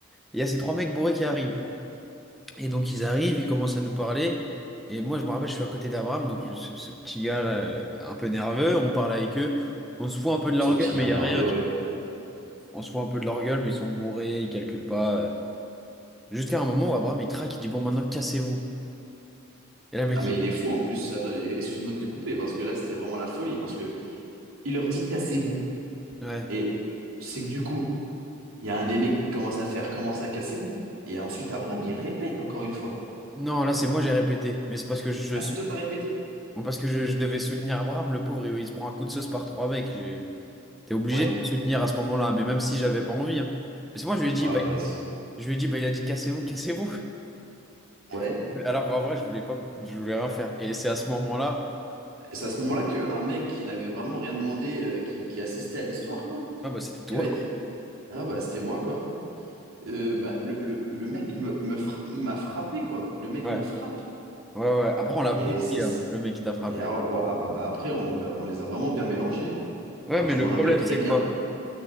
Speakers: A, in the centre; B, on the right.
A: Et Il y a ces trois mecs bourrés qui arrivent. Et donc, ils arrivent, ils commencent à nous parler. Et moi, je me rappelle, je suis à côté d'Abraham, donc le- ce, ce petit gars là, euh, un peu nerveux. On parle avec eux. On se fout un peu de leur
B: Ce petit
A: gueule, mais
B: nain
A: il
B: nerveux,
A: y a rien. tu
B: ouais.
A: On se fout un peu de leur gueule, mais ils sont bourrés, ils calculent pas. euh. Jusqu'à un moment où Abraham, il craque, il dit, bon, maintenant, cassez-vous. Et là, le mec,
B: Ah, mais
A: il...
B: il est fou en plus. Attends, excuse-moi de te couper parce que là, c'était vraiment la folie parce que il leur dit cassez-vous.
A: Ouais.
B: Mais c'est que du coup. Il y a un des mecs qui commence à faire, commence à casser vous. Et ensuite, Abraham, il répète encore une fois.
A: Non, là, c'est moi, j'ai répété. Mais c'est parce que je,
B: Ah, c'est toi, t'as répété?
A: parce que je, je devais soutenir Abraham, le pauvre, il, il se prend un coup de sauce par trois mecs. Je- T'es obligé
B: Ouais.
A: de le soutenir à ce moment-là, mais même si j'avais pas envie. hein. Mais c'est moi, je lui ai dit,
B: Ouais,
A: bah,
B: bah, c'est-
A: je lui ai dit, bah, il a dit, cassez-vous, cassez-vous.
B: ouais.
A: <laughs> Alors qu'en vrai, je voulais pas, je voulais rien faire. Et c'est à ce moment-là,
B: Et c'est à ce moment-là qu'un mec qui n'avait vraiment rien demandé, euh, qui, qui assistait à l'histoire, quoi.
A: ah, bah, c'était toi.
B: Et ben,
A: quoi.
B: il- ah, bah, c'était moi, quoi. Euh, bah, le, le, le mec me, me fra- m'a frappé, quoi. Le mec
A: Ouais,
B: me frappe.
A: ouais, ouais. Après, on l'a bouti,
B: Et c'est,
A: hein, le mec qui t'a frappé.
B: et alors, ouais, ah, bah, après, on, l'a- on les a vraiment bien mélangés, hein.
A: Ouais,
B: Alors,
A: mais
B: je
A: le
B: m'en
A: problème,
B: rappelle très
A: c'est
B: bien.
A: quoi?